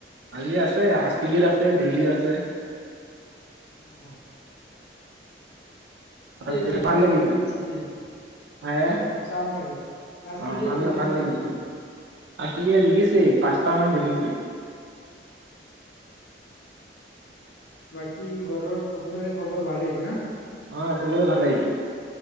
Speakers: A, on the right; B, on the left.
A: আজি আছে আৰ চি বিৰ আছে দিল্লীৰ আছে।
B: গম নাপাওঁ।
A: অ'
B: কেইটামান
A: ভাল লাগিব
B: মেচ জিকিলে
A: হায়ে
B: অ', চাম আজি। আৰ
A: হয়
B: চি বিয়ে
A: ভাল
B: কেইটা
A: -ভাল
B: মেচ
A: লাগিব
B: জিকিলে
A: আৰ চি বিয়ে জিকিছেই পাচ টা মান জিকিছে। ওম।
B: বাকি ঘৰৰ সকলোৰে খবৰ ভালেই না?
A: অ' চবৰে ভালেই।